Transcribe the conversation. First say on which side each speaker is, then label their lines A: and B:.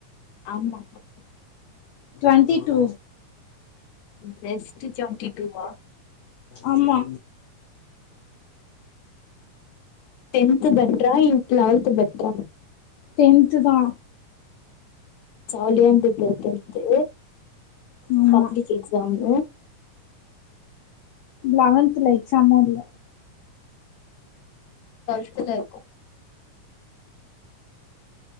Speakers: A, on the left (about 70°); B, on the left (about 80°).
A: ஆமாப்பா
B: டுவென்ட்டி டூ
A: ஜஸ்ட்டு செவன்ட்டி டூவா
B: ஆமா
A: டென்த்து பெட்ரா இன் லவெல்த்து பெட்ரா
B: டென்த்து தா
A: ஜாலியா இருந்தது டென்த்து
B: ஆமா
A: பப்ளிக் எக்ஸாமு
B: லவென்த்துல எக்ஸாமு இல்ல
A: டுவெல்த்துல இருக்கு